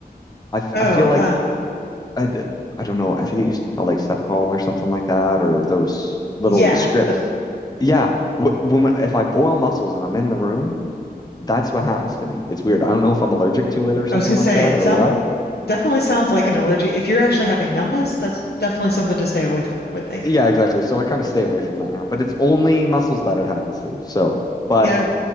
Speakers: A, on the left; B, on the left.
A: I, f-
B: Oh,
A: I feel like
B: uh,
A: I, d- I don't know. I think it used to be called like Cepacol or something like that, or those little
B: yeah.
A: strips.
B: the-
A: Yeah, wh- when I- if I boil mussels and I'm in the room, that's what happens to me. It's weird. I don't know if I'm allergic to it or something
B: I was gonna
A: like
B: say
A: that
B: it
A: or
B: sounds.
A: what.
B: Definitely sounds like an allergy. If you're actually having numbness, that's definitely something to stay away from, I would think.
A: Yeah, exactly. So I kind of stay away from that now. But it's only muscles that it happens to. So, but
B: Yeah.